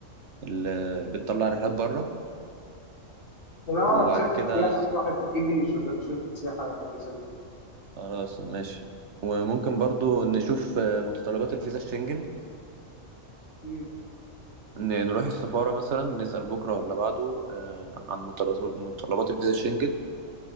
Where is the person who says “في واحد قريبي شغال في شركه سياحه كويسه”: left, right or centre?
Left